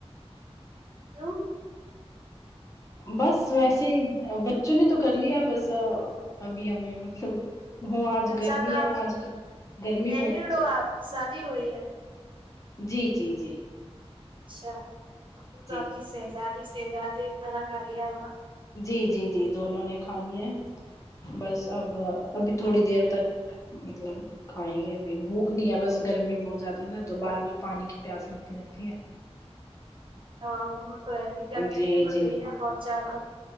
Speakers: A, on the right; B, on the left.
A: کیوں
B: بس ویسے ہی بچوں نے تو کر لیا بس ابھی ہمیں مطلب وہ آج
A: اچھا
B: گرمی
A: تو
B: ہے
A: آپ
B: آج کا گرمی
A: میرڈ
B: بہت
A: ہو
B: چ
A: آپ شادی ہوئی ہے
B: جی جی جی
A: اچھا تو تو
B: جی
A: آپ کی شہزادی شہزادی کھانا کھا لیا ہوگا
B: جی جی جی دونوں نے کھا لیا بس اب ابھی تھوڑی دیر تک مطلب کھائیں گے ابھی بھوک نہیں ہے بس گرمی بہت زیادہ ہے نا تو بار بار پانی کی پیاس لگتی رہتی ہے
A: ہاں
B: ہے
A: گرمی
B: جی
A: اتنی بڑ
B: جی
A: رہی ہے بہت زیادہ